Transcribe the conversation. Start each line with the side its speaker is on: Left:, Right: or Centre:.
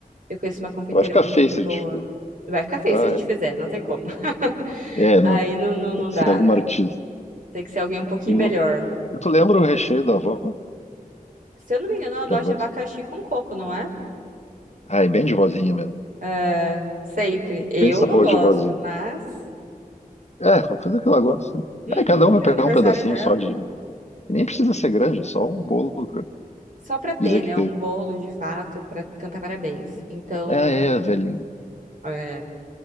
Right: Eu conheço uma confeiteira
Left: Vai ficar
Right: muito
Left: feio se
Right: boa.
Left: a gente fizer.
Right: Vai ficar feio
Left: Ah,
Right: se a gente fizer, não tem como. <laughs>
Left: é? É, não.
Right: Aí não, não, não
Left: Tem que
Right: dá.
Left: ser alguma artista.
Right: Tem que ser alguém um pouquinho
Left: E,
Right: melhor.
Left: o- e tu lembra o recheio da avó
Right: Se eu não me engano, ela
Left: que
Right: gosta
Left: ela gosta?
Right: de abacaxi com coco, não é?
Left: Ah, é bem de vozinha mesmo.
Right: É, sempre. Eu
Left: Bem sabor
Right: não gosto,
Left: de vozinha.
Right: mas.
Left: É, vamos fazer o que ela gosta. né?
Right: Uhum,
Left: Aí cada um vai pegar
Right: é aniversário
Left: um pedacinho
Right: dela.
Left: só de. e Nem precisa ser grande, é só um bolo. pra
Right: Só pra ter,
Left: Dizer
Right: né?
Left: que teve.
Right: Um bolo de fato pra cantar parabéns. Então,
Left: Ah, é, velhinho.
Right: é,